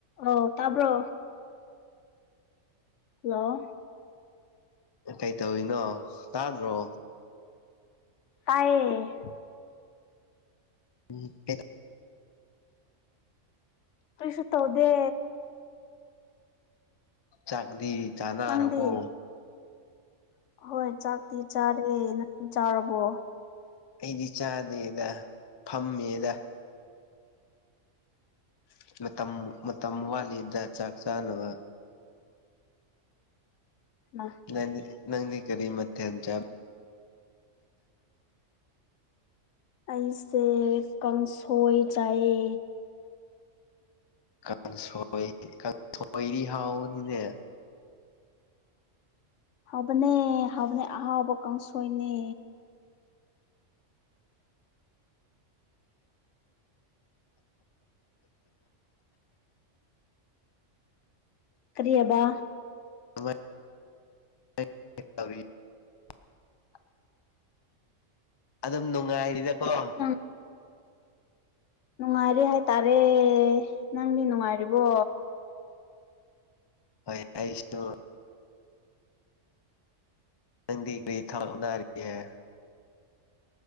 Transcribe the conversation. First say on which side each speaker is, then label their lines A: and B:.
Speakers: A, on the left; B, on the left.
A: ꯑꯣ ꯇꯥꯕ꯭ꯔꯣ? ꯍꯜꯂꯣ
B: ꯀꯩ ꯇꯧꯋꯤꯅꯣ ꯇꯥꯗ꯭ꯔꯣ?
A: ꯇꯥꯌꯦ
B: ꯎꯝ <unintelligible>
A: ꯀꯔꯤꯁ ꯇꯧꯗꯦ
B: ꯆꯥꯡꯗꯤ ꯆꯥꯅꯥꯔꯔꯕꯣ
A: ꯅꯪꯗꯤ ꯍꯣꯏ ꯆꯥꯛꯇꯤ ꯆꯥꯔꯦ ꯅꯪ ꯆꯥꯔꯕꯣ
B: ꯑꯩꯗꯤ ꯆꯥꯗꯦꯗ ꯐꯝꯃꯦꯗ
A: ꯎ
B: ꯃꯇꯝ ꯃꯇꯝ ꯋꯥꯠꯂꯤꯗ ꯆꯥꯛ ꯆꯥꯅꯕ
A: ꯎ
B: ꯅꯪ ꯅꯪꯅꯤ ꯀꯔꯤ ꯃꯊꯦ ꯆ
A: ꯑꯩꯁꯦ ꯀꯥꯡꯁꯣꯏ ꯆꯥꯏꯌꯦ
B: ꯀꯥꯡꯣꯏ ꯀꯥꯡꯁꯣꯏꯔꯤ ꯍꯥꯎꯅꯤꯅꯦ
A: ꯍꯕꯅꯦ ꯍꯕꯅꯦ ꯑꯍꯥꯎꯕ ꯀꯥꯡꯁꯣꯏꯅꯦ ꯀ꯭ꯔꯤꯌꯥꯕ
B: <inaudible> <inaudible> <inaudible> ꯑꯗꯨꯝ ꯅꯨꯡꯉꯥꯏꯔꯤꯗꯀꯣ
A: ꯅꯪ ꯅꯨꯡꯉꯥꯏꯔꯦ ꯍꯥꯏꯇꯥꯔꯦ ꯅꯪꯗꯤ ꯅꯨꯡꯉꯥꯏꯔꯤꯕꯣ
B: ꯍꯣꯏ ꯏꯁ ꯅꯪꯗꯤ ꯀꯔꯤ ꯊꯥꯛꯛꯅꯔꯤꯑꯦ